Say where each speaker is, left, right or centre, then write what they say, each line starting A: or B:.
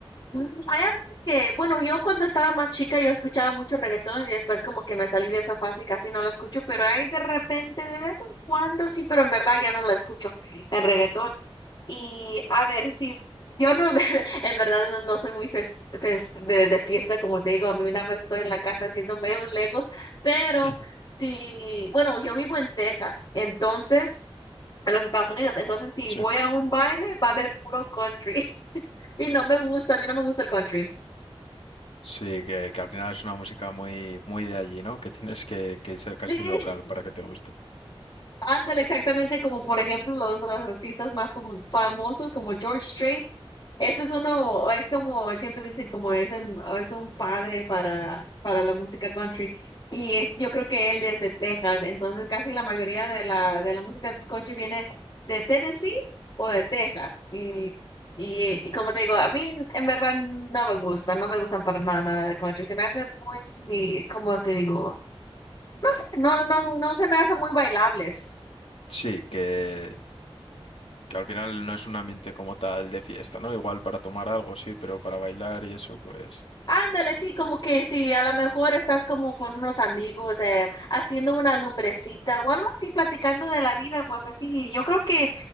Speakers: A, on the left; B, on the left.
A: Mm, Hay a veces que, bueno, yo cuando estaba más chica yo escuchaba mucho reggaetón y después como que me salí de esa fase y casi no la escucho, pero hay de repente, de vez en cuando sí, pero en verdad ya no la escucho, el reggaetón. Y a ver, si yo no, <laughs> en verdad no, no soy muy fes- fes- de, de fiesta, como te digo, a mí nada más estoy en la casa haciéndome un Lego, pero
B: Ujú,
A: sí, bueno, yo vivo en Texas, entonces, en los Estados Unidos, entonces si
B: Sí.
A: voy a un baile va a haber puro country <laughs> y no me gusta, a mí no me gusta el country.
B: Sí, que, que al final es una música muy, muy de allí, ¿no? Que tienes que, que ser casi
A: <laughs>
B: local
A: Sí,
B: para que te guste.
A: ándale, exactamente como por ejemplo los, los artistas más famo- famosos como George Strait. Ese es uno, es como siempre dicen, como es, el- es un padre para, para la música country. Y es, yo creo que él es de Texas, entonces casi la mayoría de la, de la música country viene de Tennessee o de Texas. Y, y, y como te digo, a mí en verdad no me gusta, no me gustan para nada, nada de country. Se me hace muy, como te digo, no sé, no, no, no se me hacen muy bailables.
B: Sí, que, que al final no es un ambiente como tal de fiesta, ¿no? Igual para tomar algo, sí, pero para bailar y eso, pues
A: Ándale, sí, como que si a lo mejor estás como con unos amigos eh, haciendo una lumbrecita o algo así, platicando de la vida, pues así, yo creo que